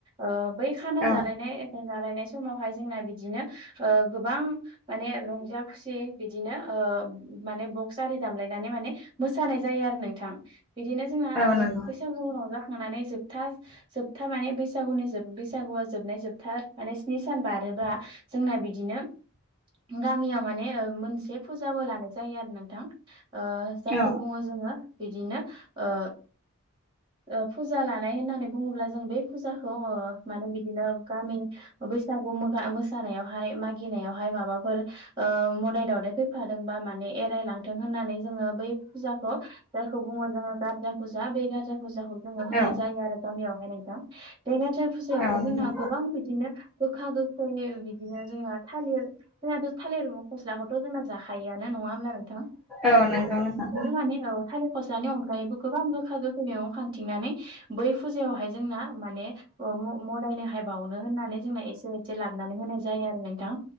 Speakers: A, on the right (about 20°); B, in the centre.
A: ओ बै खाना
B: औ
A: जालायनाय जालायनाय समावहाय जोंना बिदिनो ओ गोबां माने रंज बजा खुसि बिदिनो ओ माने बक्स आरि दामलायनानै माने मोसानाय जायो आरो नोंथां बिदिनो जोंना
B: औ
A: ओ
B: नंगौ
A: बैसागु रंजा नानै जोबथा जोबथा माने बैसागुनि बैसागुआ जोबनाय जोबथा माने स्नि सान बा आरो बा जोंना बिदिनो गा मियाव माने ओ मोनसे फुजाबो लानाय जायो आरो नोंथां जायखौ
B: औ
A: बुङो जोङो बिदिनो ओ ओ फुजा लानाय होननानै बुङोब्ला जों बै फुजाखौ ओ माने बिदिनो गामि बैसागु मोसानायावहाय मागिनायावहाय माबाफोर ओ मोदाय दावदाय फैफादों बा माने एरायलांथों होननानै जोङो बै फुजाखौ जायखौ बुं ओ जोङो गार्जा फुजा बे गार्जा फुजाखौ जोङो होनाय
B: औ
A: जायो आरो गामियावहाय नोंथां बे गार्जख फुजायावहाय
B: औ नंगौ
A: जोंना गोबां बिदिनो गोखा गोखै बिदिनो जोंहा थालिर जोंनाथ' थालिर म फस्लाखौथ' जोंना जाखायोआनो नङा होमब्ला नोंथां
B: औ नंगौ नोंथां
A: बिदिनो माने थालिर खसानि अनगायैबो गोबां गोखा गोखै मेगं खांथिंनानै बै फुजायावहाय जोंना माने ओ मो मोदायनो हाय बावनो होननानै जोंना एसे एसे लाबोनानै होनाय जायो आरो नोंथां